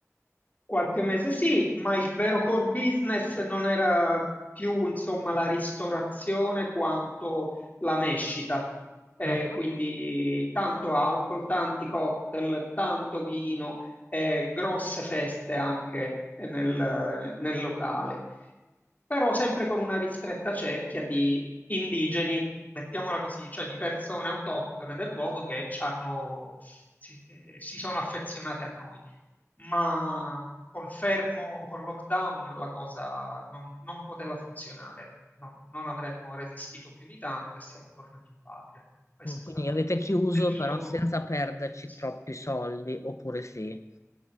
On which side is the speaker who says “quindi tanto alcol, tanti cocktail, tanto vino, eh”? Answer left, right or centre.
Left